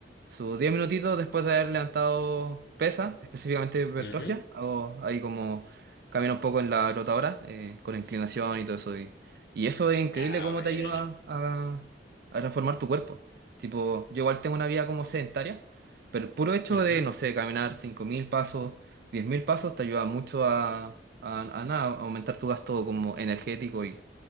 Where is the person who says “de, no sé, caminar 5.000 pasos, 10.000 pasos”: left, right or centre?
Right